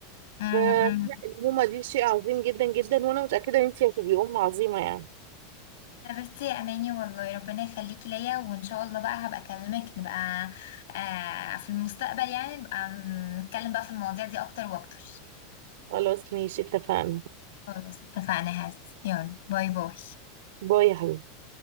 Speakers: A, on the left; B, on the right.
A: مم،
B: فالأمومة
A: مم.
B: دي شيء عظيم جدا جدا وأنا متأكدة إن أنتي هتبقي أم عظيمة يعني
A: حبيبتي يا اماني والله ربنا يخليكي ليا وان شاء الله بقى هبقى اكلمك نبقى آه في المستقبل يعني نبقى نتكلم بقى في المواضيع دي اكتر واكتر
B: خلاص ماشي اتفقنا
A: خلاص اتفقنا هات يلا باي باي
B: باي يا حبيبي